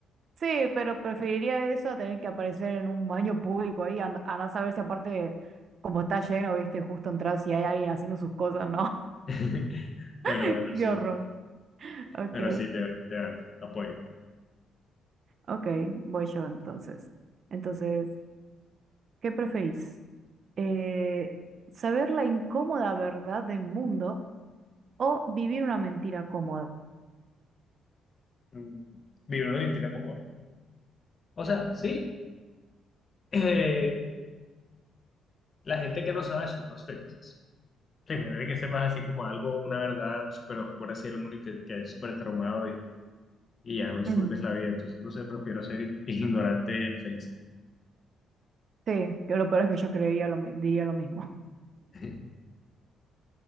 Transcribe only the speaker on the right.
sí, pero preferiría eso a tener que aparecer en un baño público ahí, and- andá a saber si aparte como está lleno, viste, justo entras y hay alguien haciendo sus cosas, ¿no?
<laughs>
Qué
horror. Ok,
ok, voy yo entonces. Entonces. ¿Qué preferís? Eh, ¿saber la incómoda verdad del mundo o vivir una mentira cómoda?
Mm,
sí, que lo peor es que yo creería lo, mi- diría lo mismo. <laughs>